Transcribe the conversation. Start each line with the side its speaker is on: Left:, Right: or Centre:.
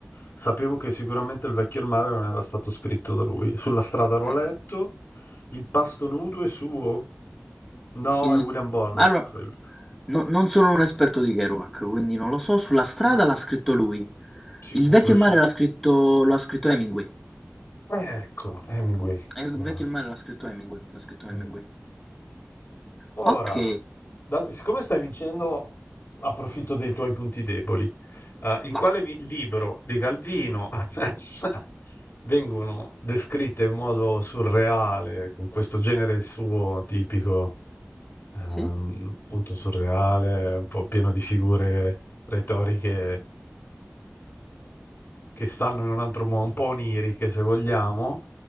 Left: sapevo che sicuramente il vecchio e il mare non era stato scritto da lui. Sulla strada l'ho
Centre: Eh,
Left: letto, il pasto nudo è suo? No,
Centre: il...
Left: è William Burroughs
Centre: Allora,
Left: quello.
Centre: no- non sono un esperto di Kerouac, quindi non lo so. Sulla strada
Left: Mm,
Centre: l'ha scritto lui.
Left: Sicuro,
Centre: Il vecchio e
Left: sì.
Centre: il mare l'ha scritto... lo ha scritto Hemingway.
Left: Eh, Ecco, Hemingway.
Centre: Eh, Il
Left: grande.
Centre: vecchio e il mare l'ha scritto Hemingway, l'ha scritto Hemingway.
Left: Eh. Ora,
Centre: Ok,
Left: da- siccome stai vincendo, approfitto dei tuoi punti deboli. Eh, in
Centre: vai.
Left: quale vi- libro di Calvino <laughs> vengono descritte in modo surreale, con questo genere suo tipico, ehm,
Centre: Sì?
Left: appunto surreale, un po' pieno di figure retoriche che stanno in un altro modo, un po' oniriche se vogliamo,